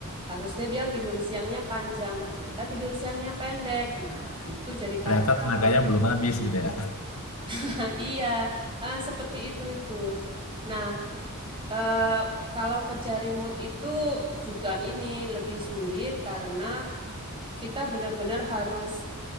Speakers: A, on the right (about 25°); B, on the left (about 70°).
A: Harusnya dia tidur siangnya panjang, ternyata tidur siangnya pendek. Nah, itu jadi kacau.
B: ternyata tenaganya belum habis gitu ya
A: Nah, iya, Ah, seperti itu itu. Nah, eh, kalau kerja remote itu juga ini lebih sulit karena kita benar-benar harus